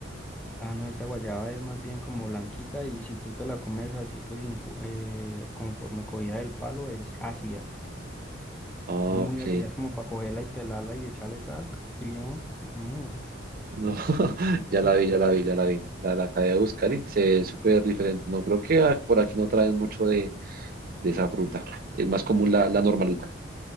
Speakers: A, in the centre; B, on the right.
A: Ah, no, esta guayaba es más bien como blanquita y si tú te la comes así, pues sin ju- eh, conforme cogida del palo, es ácida.
B: Ah,
A: Es muy
B: Ok,
A: ácida, es como para cogerla y pelarla y echarle sal y limón. Mm.
B: No, <laughs> ya la
A: <laughs>
B: vi, ya la vi, ya la vi. La, la acabé de buscar y se ve súper diferente. No creo que ah, por aquí no traen mucho de, de esa fruta. Es más común la, la normalita.